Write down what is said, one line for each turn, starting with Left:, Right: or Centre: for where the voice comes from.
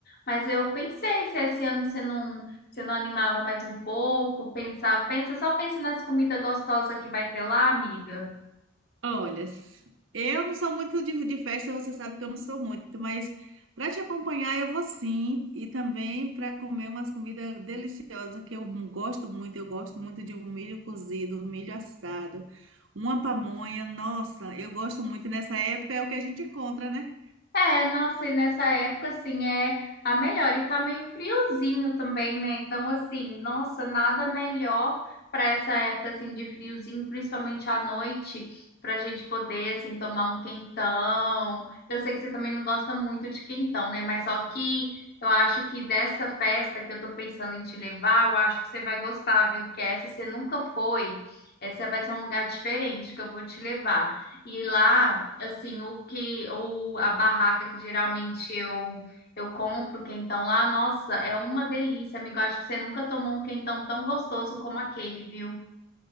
Left: Mas eu pensei se esse ano você não, você não animava mais um pouco, pensar, pensa, só pensa nas comidas gostosas que vai ter lá, amiga.
Right: Olha, eu não sou muito de, de festa, você sabe que eu não sou muito, mas para te acompanhar eu vou sim, e também para comer umas comidas deliciosas que eu gosto muito. Eu gosto muito de um milho cozido, um milho assado, uma pamonha. Nossa, eu gosto muito. E Nessa época é o que a gente encontra, né?
Left: É, nossa, e nessa época, assim, é a melhor. E tá meio friozinho também, né? Então, assim, nossa, nada melhor para essa época, assim, de friozinho, principalmente à noite, pra gente poder, assim, tomar um quentão. Eu sei que você também não gosta muito de quentão, né? Mas só que eu acho que dessa festa que eu tô pensando em te levar, eu acho que você vai gostar, viu? Porque essa você nunca foi. Essa vai ser um lugar diferente que eu vou te levar. E lá, assim, o que o, a barraca que geralmente eu eu compro quentão lá, nossa, é uma delícia, amigo. Eu Acho que você nunca tomou um quentão tão gostoso como aquele, viu?